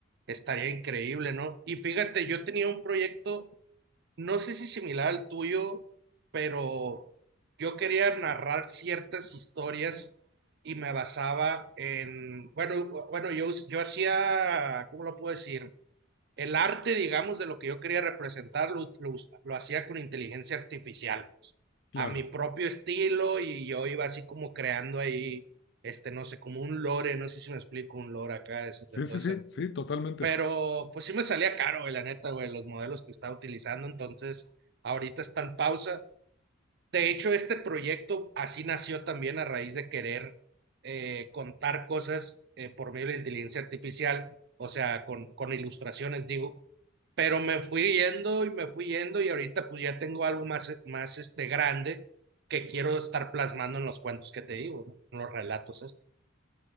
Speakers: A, on the right; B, on the left.
A: Estaría increíble, ¿no? Y fíjate, yo tenía un proyecto, no sé si similar al tuyo, pero yo quería narrar ciertas historias y me basaba en, bueno, bueno, yo, yo hacía, ¿cómo lo puedo decir? El arte, digamos, de lo que yo quería representar, lo, lo lo hacía con inteligencia artificial, pues,
B: <laughs> Claro.
A: a mi propio estilo y yo iba así como creando ahí, este, no sé, como un lore, no sé si me explico, un lore acá, de,
B: Sí,
A: de todo
B: sí,
A: ese
B: sí, sí, totalmente.
A: pero pues sí me salía caro, güey, la neta, güey, los modelos que estaba utilizando. Entonces, ahorita está en pausa. De hecho, este proyecto así nació también a raíz de querer eh, contar cosas eh, por medio de la inteligencia artificial, o sea, con, con ilustraciones, digo. Pero me fui yendo y me fui yendo y ahorita pues ya tengo algo más, más este, grande que quiero estar plasmando en los cuentos que te digo, ¿no? En los relatos estos.